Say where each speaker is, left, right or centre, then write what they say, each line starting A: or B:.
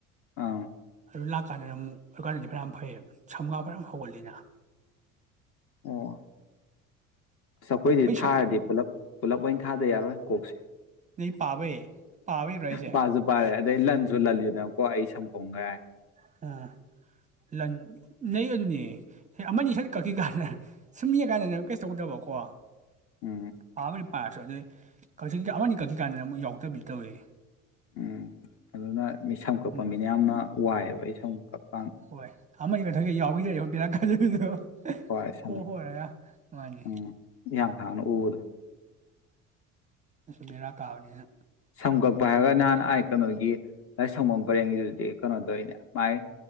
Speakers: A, on the left (about 35°); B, on the right (about 20°).
A: ꯑꯥ
B: ꯑꯗꯨ ꯂꯥꯛꯀꯥꯟꯗꯅ ꯑꯃꯨꯛ ꯑꯗꯨꯀꯥꯟꯗꯗꯤ ꯐꯔ ꯌꯥꯝ ꯐꯩꯌꯦ ꯁꯝꯒꯥ ꯐꯔ ꯌꯥꯝ ꯍꯧꯒꯜꯂꯤꯅ
A: ꯑꯣ ꯑꯩꯈꯣꯏꯗꯤ
B: ꯄꯩꯁꯥ
A: ꯊꯥꯔꯗꯤ ꯄꯨꯂ ꯄꯨꯂꯞ ꯑꯣꯏꯅ <unintelligible> ꯌꯥꯔꯣꯏ ꯀꯣꯛꯁꯦ
B: ꯅ ꯄꯥꯕꯩ ꯄꯥꯕꯩꯔꯣ ꯑꯩꯁꯦ
A: ꯄꯥꯁꯨ ꯄꯥꯔꯦ ꯑꯗꯩ ꯂꯟꯁꯨ ꯂꯜꯂꯤ <unintelligible> <unintelligible>
B: <unintelligible> ꯅꯩ ꯑꯗꯨꯅꯦ ꯑꯃꯅꯤ ꯁꯔ ꯀꯛꯈꯤ ꯀꯥꯟꯗ ꯁꯨꯝ <unintelligible> ꯀꯥꯟꯗꯅ ꯀꯩꯁ ꯇꯧꯗꯕꯀꯣ
A: ꯎꯝ
B: ꯄꯥꯕꯨꯗꯤ ꯄꯥꯔꯁꯨ ꯑꯗꯨ <unintelligible> ꯑꯃꯅꯤ ꯀꯛꯈꯤ ꯀꯥꯟꯗꯅ ꯑꯃꯨꯛ ꯌꯥꯎꯗꯕꯤ ꯇꯧꯏ
A: ꯎꯝ ꯑꯗꯨꯅ ꯃꯤ ꯁꯝ ꯀꯛꯄ
B: ꯎꯝ
A: ꯃꯤꯅ ꯌꯥꯝꯅ ꯋꯥꯏꯑꯦꯕ ꯑꯩ <unintelligible>
B: ꯍꯣꯏ <unintelligible> <unintelligible> <unintelligible>
A: <unintelligible>
B: ꯍꯣ ꯍꯣꯏꯔꯒ ꯃꯥꯅꯤ
A: ꯏꯍꯥꯡ ꯍꯥꯡꯅ ꯎꯕꯗꯨ
B: ꯑꯁꯨ ꯕꯦꯔꯥ ꯀꯥꯕꯅꯤꯅ
A: ꯁꯝ ꯀꯛꯄ ꯍꯥꯏꯔꯒ ꯅꯍꯥꯟ ꯑꯥꯏ ꯀꯩꯅꯣꯒꯤ <unintelligible> ꯄꯔꯦꯡꯒꯤꯗꯨꯗꯤ ꯀꯩꯅꯣ ꯇꯧꯏꯅꯦ ꯃꯥꯏ